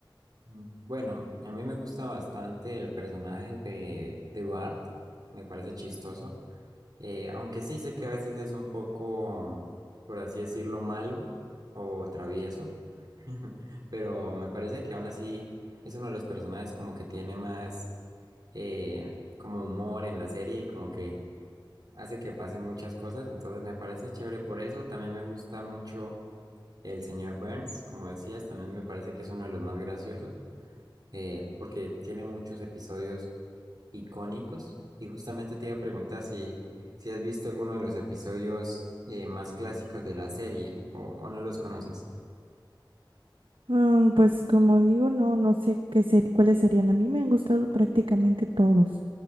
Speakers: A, on the right (about 50°); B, on the right (about 85°).
A: Mm, Bueno, a mí me gusta bastante el personaje de, de Bart, me parece chistoso, Eh, aunque sí sé que a veces es un poco, por así decirlo, malo o travieso, <laughs> pero me parece que aún así es uno de los personajes como que tiene más eh, como humor en la serie, como que hace que pasen muchas cosas, entonces me parece chévere por eso. También me gusta mucho el señor Burns, como decías, también me parece que es uno de los más graciosos, eh, porque tiene muchos episodios icónicos. Y justamente te iba a preguntar si, si has visto alguno de los episodios eh, más clásicos de la serie o, o no los conoces.
B: Mm, pues como digo, no, no sé qué ser, cuáles serían. A mí me han gustado prácticamente todos,